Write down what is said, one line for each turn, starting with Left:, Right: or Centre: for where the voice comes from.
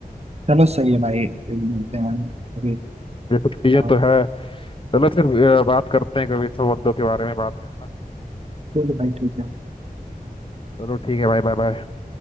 Right: चलो सही है भाई फिर मिलते हैं अभी
Left: ये कुछ चीजें
Right: हाँ,
Left: तो है चलो फिर अ, बात करते हैं कभी इस सब मुद्दों के बारे में बाद में है ना
Right: ठीक है भाई ठीक है
Left: चलो ठीक है भाई बाय बाय